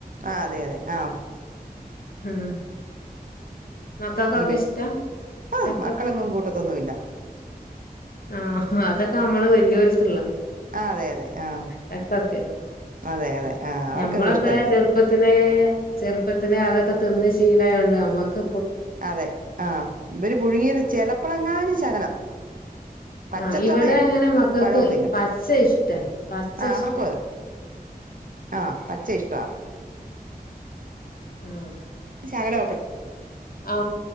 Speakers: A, on the right (about 60°); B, on the left (about 70°).
A: ആ അതെ അതെ ആ
B: ഉം മക്കൾക്കൊക്കെ
A: ഇവ
B: ഇഷ്ട
A: ആ
B: ചെക്കൊക്കെ
A: മക്കളെങ്ങും കൂട്ടത്തൊന്നുമില്ല
B: ആ അതൊക്കെ നമ്മള് വെ വെല്ല്യോള്ക്ക്‌ള്ള
A: ആ അതെ അതെ ആ
B: ചക്കക്കെ
A: അതെ അതെ ആ അവർക്കങ്ങും
B: ഞമ്മളൊക്കെ
A: ഇഷ്ടമില്ല
B: ചെറുപ്പത്തിലേ ചെറുപ്പത് ത്തിലെ അതൊക്കെ തിന്ന് ശീലായോണ്ട് അമ്മക്ക്
A: അതെ ആ ഇവര് പുഴുങ്ങിയത് ചിലപ്പോഴെങ്ങാനും ശകലം പച്ചച്ചൊളയും
B: ആ ഇവിടെ അങ്ങനെ മക്കക്ക്
A: പഴവും തിന്നും
B: പച്ച ഇഷ്ട്ടാ പച്ച
A: ആ
B: ഇഷ്ട്ടാ.
A: അവർക്കും അതെ ആ പച്ച ഇഷ്ട്ട.
B: ആ
A: ശകലൊക്കെ
B: ആ